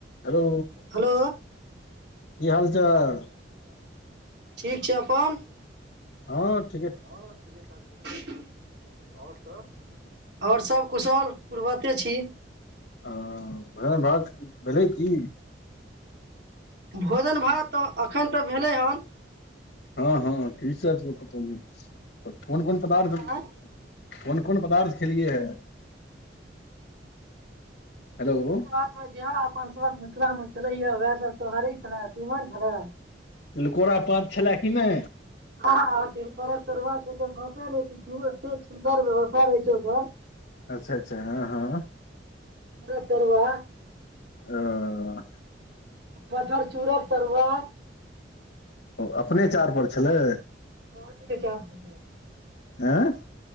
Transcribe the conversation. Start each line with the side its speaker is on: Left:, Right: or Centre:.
Left: hello
Right: hello
Left: की हाल चाल
Right: ठीक छै अपन
Left: हँ ठी
Right: हँ ठीके ठाक छै आओर सब आओर सभ कुशल पूर्वक छी
Left: ह भ बात भेलै की
Right: भोजन भात तऽ एखन तऽ भेलै हन
Left: हँ हँ कि सब पैकेलियी कोन कोन पदार्थ
Right: आँय
Left: कोन कोन पदार्थ खेलियै हे हेलो
Right: आात जे हा आपन स्वार्थ में क्या में छलै हं वएह सब सोहारी छलय तीमन छलय
Left: तिलकोड़ा पात छले कि नै
Right: खा हथिन परस तरुआ के त गपे नै पुछु एतेक सुन्दर व्यवस्था रहै छ ओत
Left: अच्छा अच्छा हँ हँ
Right: र तरुआ
Left: अ
Right: पथरचूड़क तरुआ
Left: ओ अपने चाड़ पर छलै
Right: <unintelligible>
Left: एं